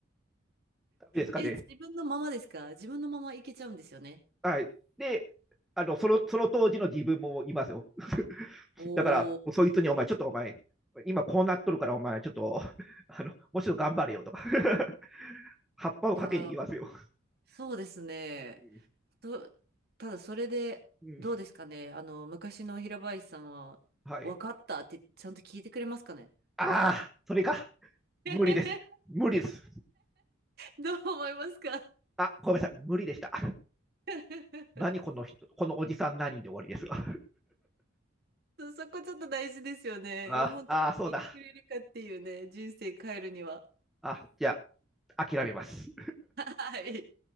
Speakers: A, in the centre; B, on the right (about 50°).
A: ダメですかね。
B: え、自分のままですか自分のままいけちゃうんですよね。
A: はい。で、あの、その、その当時の自分もいますよ。<laughs>
B: おー、
A: だから、そいつにお前、ちょっとお前、今こうなっとるからお前、ちょっと、<laughs> あの、もうちょっと頑張れよとか <laughs> 葉っぱをかけに行きますよ。
B: いやー、そうですね。
A: う
B: と、ただそれで、
A: ん、うん
B: どうですかね。あの、昔の平林さんは、
A: はい。
B: 分かったってちゃんと聞いてくれますかね。
A: ああ、それか。
B: <laughs>
A: 無理です。無理です。
B: どう思いますか
A: あ、ごめんなさい。無理でした。
B: <laughs>
A: 何この人、このおじさん何で終わりですが。
B: そ、そこちょっと大事ですよね。
A: <laughs> ああ、
B: 本当に聞いてくれるかっていうね、
A: そうだ。
B: 人生変えるには。
A: あ、じゃあ、諦めます。
B: はい。